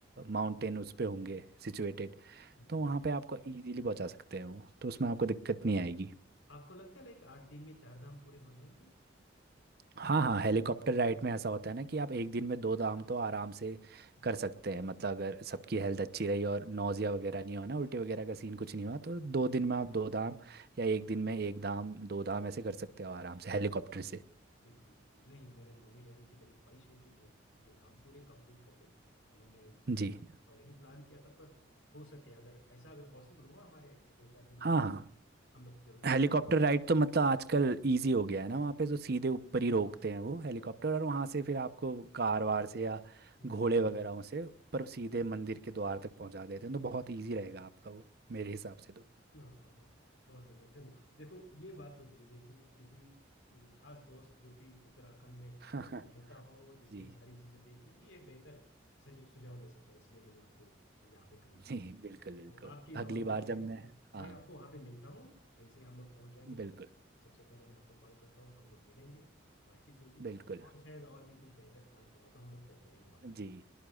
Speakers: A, on the right; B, on the left.
A: माउंटेन उस पे होंगे सिचुएटेड
B: हम्म,
A: तो
B: हम्म।
A: वहाँ पे आपको इजीली पहुँचा सकते हैं वो तो उसमें आपको दिक्कत नहीं आएगी
B: आपको लगता है लाइक आठ दिन में चार धाम पूरे हो जाएंगे
A: हाँ हाँ हेलीकॉप्टर राइड में ऐसा होता है ना कि आप एक दिन में दो धाम तो आराम से
B: अच्छा
A: कर सकते हैं मतलब अगर सबकी हेल्थ अच्छी रही और नौजिया वगैरह नहीं हुआ ना उल्टी वगैरह का सीन कुछ नहीं हुआ तो दो दिन में आप दो धाम या एक दिन में एक धाम दो धाम ऐसे कर सकते हो आराम से हेलीकॉप्टर से
B: बिल्कुल बिल्कुल। नहीं मेरे मम्मी डैडी की बड़ी ख्वाहिश है कि वो ये धाम पूरे कंप्लीट कर ले उन्होंने अ,
A: जी
B: पहले ही प्लान किया था पर हो सके अगर ऐसा अगर पॉसिबल हुआ हमारे यहाँ दो चार दिन
A: हाँ
B: के
A: हाँ
B: हम लोग जरूर
A: हेलीकॉप्टर राइड तो मतलब आजकल इजी हो गया है ना वहाँ पे तो सीधे ऊपर ही रोकते हैं वो हेलीकॉप्टर और वहाँ से फिर आपको कार वार से या
B: कुछ
A: घोड़े वगैरह से ऊपर सीधे मंदिर के द्वार तक पहुँचा देते हैं तो बहुत इजी रहेगा आपका वो मेरे हिसाब से
B: हाँ हाँ हाँ बहुत बढ़िया चलो देखो ये बात होती है जैसे कि किसी खास दोस्त जो कि उत्तराखंड में
A: तो
B: रहता हो जिसने
A: <laughs> जी
B: सारी चीजें देखी ये बेहतर सज- सुझाव दे सकता है इसलिए मैंने आपको यहाँ पे कनेक्ट किया
A: जी बिल्कुल
B: तो
A: बिल्कुल
B: आपकी इस
A: अगली
B: और
A: बार
B: जानकारी
A: जब
B: के
A: मैं
B: लिए
A: हाँ
B: मैं आपको वहाँ पे मिलता हूँ जैसे हम लोग पहुँच जाएंगे मसूरी
A: बिल्कुल
B: सबसे पहले मैं आपको कॉल करता हूँ हम लोग मिलेंगे बातचीत होगी
A: बिल्कुल
B: और शायद और भी कुछ बेहतर प्लान हुआ तो हम लोग तय करेंगे वहाँ
A: जी
B: पे